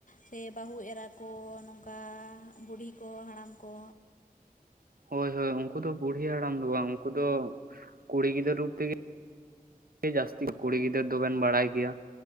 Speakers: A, on the left (about 55°); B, on the right (about 75°).
A: ᱥᱮ ᱵᱟᱹᱦᱩ ᱮᱨᱟ ᱠᱚ ᱱᱚᱝᱠᱟ ᱵᱩᱰᱷᱤ ᱠᱚ ᱦᱟᱲᱟᱢ ᱠᱚ
B: ᱦᱳᱭ ᱦᱳᱭ ᱩᱱᱠᱩ ᱫᱚ ᱵᱩᱲᱦᱤ ᱦᱟᱲᱟᱢ ᱫᱚ ᱵᱟᱝ ᱩᱱᱠᱩ ᱫᱚ ᱠᱩᱲᱤ ᱜᱤᱫᱽᱨᱟᱹᱨ ᱨᱩᱯ ᱛᱮᱜᱮ ᱡᱟᱹᱥᱛᱤ ᱠᱩᱲᱤ ᱜᱤᱫᱽᱹᱨᱟᱹ ᱫᱚᱵᱮᱱ ᱵᱟᱲᱟᱭ ᱜᱮᱭᱟ